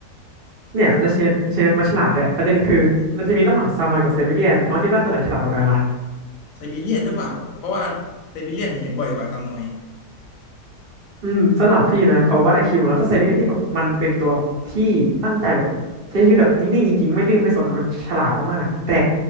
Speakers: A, on the right; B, on the left.
A: เนี่ยแล้วใช่ใช่ไหมมันฉลาดด้วยประเด็นคือมันจะมีระหว่างซามอยกับไซบีเรียนน้องคิดว่าตัวไหนฉลาดกว่ากันล่ะ
B: ไซบีเรียนหรือเปล่าเพราะว่าไซบีเรียนเนี่ยเห็นบ่อยกว่าซามอย
A: อืมสำหรับพี่นะเขาวัดไอคิวแล้วถ้าไซบีเรียนที่แบบมันเป็นตัวที่ตั้งใจแบบใช้ชีวิตแบบนิ่งๆจริงๆไม่ดื้อไม่สนอะมันฉลาดมากๆแต่